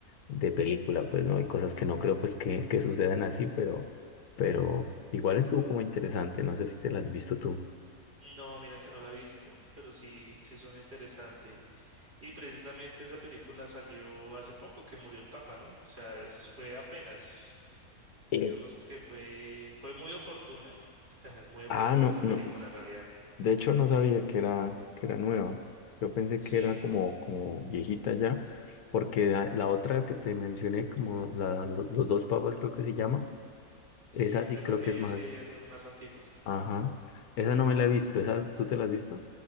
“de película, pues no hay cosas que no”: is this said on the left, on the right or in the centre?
Left